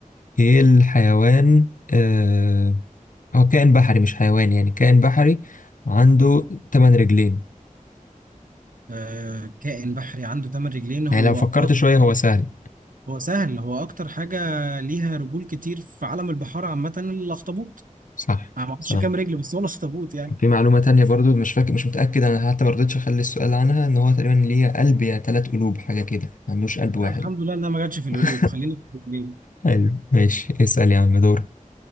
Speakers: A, on the left; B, on the right.
A: ايه الحيوان آه هو كائن بحري مش حيوان يعني كائن بحري عنده ثمان رجلين
B: آه كائن بحري عنده ثمان رجلين هو
A: يعني لو فكرت
B: اكتر
A: شويه هو سهل
B: هو سهل هو اكتر حاجه ليها رجول كتير في عالم البحار عامه الاخطبوط
A: صح
B: انا ما اعرفش
A: صح
B: كام رجل بس هو الاخطبوط يعني
A: في معلومه تانية برضو مش فاكر مش متاكد انا حتى ما رضيتش اخلي السؤال عنها ان هو تقريبا ليه قلب يا ثلاث قلوب حاجه كده ما عندوش قلب
B: لا
A: واحد
B: الحمد لله انها ما جاتش في القلوب
A: <laughs>
B: خليني في الرجلين
A: حلو ماشي اسال يا عم دور